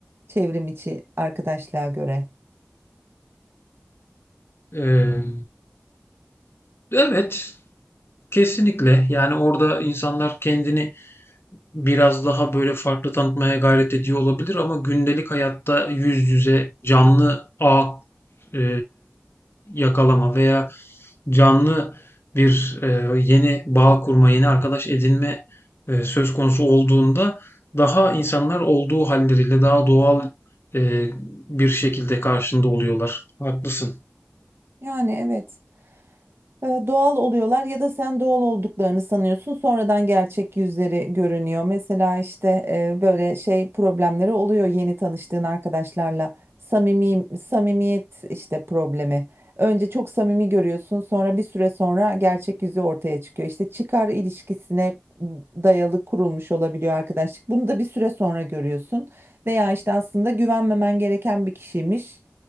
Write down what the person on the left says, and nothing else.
Eee Evet, kesinlikle. Yani orada insanlar kendini biraz daha böyle farklı tanıtmaya gayret ediyor olabilir ama gündelik hayatta yüz yüze canlı ağ e, yakalama veya canlı bir e, yeni bağ kurma, yeni arkadaş edinme e, söz konusu olduğunda daha insanlar olduğu halleriyle daha doğal e, bir şekilde karşında oluyorlar. Haklısın.